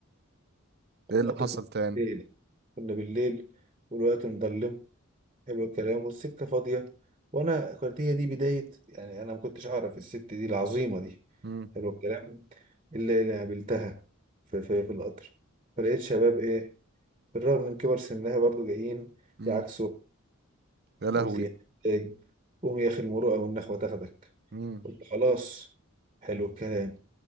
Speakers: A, on the right; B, on the right.
A: ايه
B: والقطر
A: اللي حصل
B: كنا
A: تاني
B: بالليل كنا بالليل والوقت مظلم حلو الكلام والسكة فاضية وأنا كانت هي دي بداية يعني أنا ما كنتش أعرف الست دي العظيمة دي
A: مم.
B: حلو الكلام اللي اللي قابلتها في, في, في القطر فلقيت شباب إيه بالرغم من كبر سنها برضو جايين
A: مم.
B: يعكسوا
A: يا لهوي
B: قلت يا إيه قوم يا أخي المروءة والنخوة تاخدك
A: مم.
B: قلت خلاص حلو الكلام